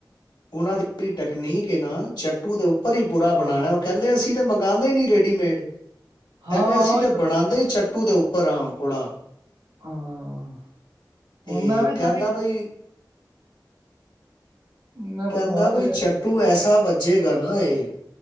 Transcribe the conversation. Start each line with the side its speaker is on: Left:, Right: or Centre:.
Left: ਉਹਨਾਂ ਦੀ ਵੀ ਟਕਨੀਕ ਏ ਨਾ ਚੱਟੂ ਦੇ ਉੱਪਰ ਈ ਪੂਰਾ ਬਣਾਣਾ ਓ ਕੈਂਦੇ ਅਸੀਂ ਤਾਂ ਮੰਗਾਂਦੇ ਨੀ ਰੇਡੀਮੇਡ
Right: ਹਾਂ
Left: ਕੈਂਦੇ ਅਸੀਂ
Right: ਉਹੀ
Left: ਤੇ ਬਣਾਂਦੇ ਚ ਚਟੂ ਦੇ ਉੱਪਰ ਆਂ ਪੂੜਾ
Right: ਹਾਂ ਹੁਣ
Left: ਏ
Right: ਮੈਂ ਵੀ
Left: ਕੈਂਦਾ
Right: ਤਾਂ ਵੀ
Left: ਬਈ
Right: ਮੈਂ ਬਣਵਾ
Left: ਕੈਂਦਾ
Right: ਕੇ
Left: ਬਈ
Right: ਲਿਆ
Left: ਚੱਟੂ ਐਸਾ ਵੱਜੇਗਾ ਨਾ ਇਹ